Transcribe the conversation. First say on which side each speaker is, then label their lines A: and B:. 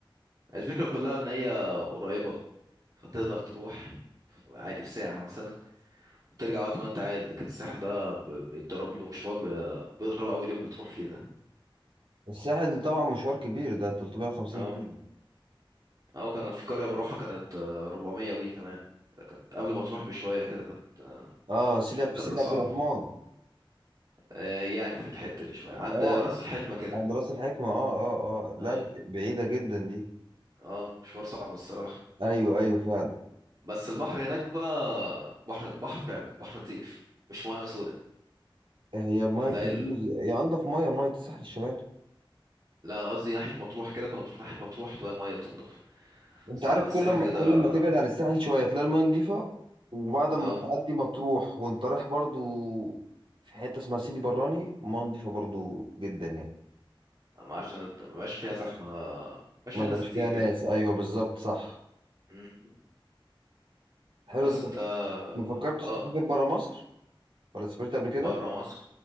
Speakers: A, on the right; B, on the right.
A: الفكرة كلها ان هي قريبة فتقدر تروح عادي في ساعة مثلا وترجع وقت ما انت عايز لكن الساحل ده ب- بيتضرب له مشوار ب- بيضرب اول يوم بتروح فيه ده
B: الساحل طبعا مشوار كبير ده 350
A: اه
B: كيلو
A: اه كان في قرية بروحها كانت آه، 400 وي كمان كانت قبل ما تروح بشوية كده كانت آه،
B: اه سيدي
A: مشوار
B: في
A: كان
B: سيدي
A: بيبقى صعب
B: عبد الرحمن
A: آه، يعني في الحتة دي شوية عند
B: اه
A: راس الحكمة كده
B: عند راس الحكمة اه اه اه لا
A: اي
B: بعيدة جدا دي
A: اه مشوار صعب الصراحة
B: ايوه ايوه فعلا
A: بس البحر هناك بقى بحر بحر فعلا بحر نظيف مش مياه سودة
B: هي مية
A: هتلاقي
B: فيروز هي انضف مية مية الساحل الشمالي
A: لا انا قصدي ناحيه مطروح كده كنا بنروح ناحيه مطروح تلاقي الميه بتنضف
B: انت
A: بس
B: عارف
A: عند الساحل
B: كل ما
A: كده
B: كل ما تبعد عن الساحل شوية تلاقي المية نضيفة وبعد
A: اه
B: ما تعدي مطروح وانت رايح برضو في حتة اسمها سيدي براني مية نضيفة برضو جدا يعني
A: أما عشان الد- مبقاش فيها زحمه مبقاش
B: ما
A: فيها
B: بقاش
A: ناس كتير
B: فيها
A: كده
B: ناس ايوه بالظبط صح
A: مم.
B: حلو
A: بس
B: ده
A: انت
B: ما فكرتش
A: اه
B: تسافر برا مصر ولا سافرت قبل كده؟
A: بره مصر